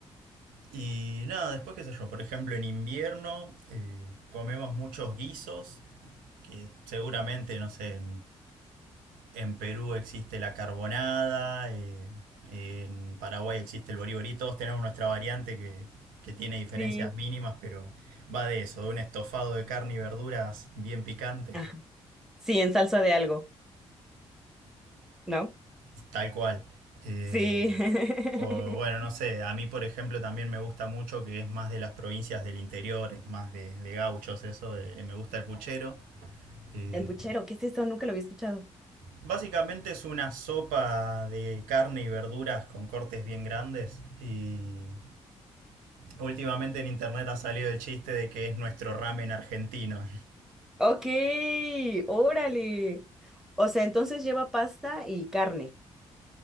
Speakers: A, on the right; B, in the centre.
A: y nada, después qué sé yo, por ejemplo, en invierno eh, comemos muchos guisos, que seguramente, no sé, En Perú existe la carbonada, eh, en Paraguay existe el boriborí, todos tenemos nuestra variante que, que tiene diferencias
B: Sí.
A: mínimas, pero va de eso, de un estofado de carne y verduras bien picante,
B: Ah, sí, en salsa de algo, ¿no?
A: <laughs> tal cual. Eh,
B: Sí. <laughs>
A: o bueno, no sé, a mí por ejemplo también me gusta mucho que es más de las provincias del interior, es más de, de gauchos eso, de- eh, me gusta el puchero. Eh,
B: El puchero, ¿qué es esto? Nunca lo había escuchado.
A: básicamente es una sopa de carne y verduras con cortes bien grandes y Últimamente en internet ha salido el chiste de que es nuestro ramen argentino.
B: Ok, órale. O sea, entonces lleva pasta y carne.